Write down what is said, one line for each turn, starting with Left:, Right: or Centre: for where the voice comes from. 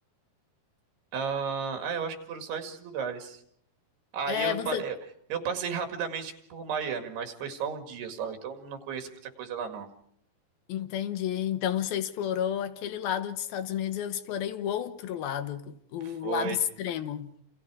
Right: ah, ah, eu acho que foram só esses lugares. Aí
Left: É,
Right: eu,
Left: você.
Right: pa- eh, eu passei rapidamente por Miami, mas foi só um dia só, então não conheço muita coisa lá não.
Left: Entendi. Então você explorou aquele lado dos Estados Unidos, eu explorei o outro lado, o
Right: Foi.
Left: o lado extremo.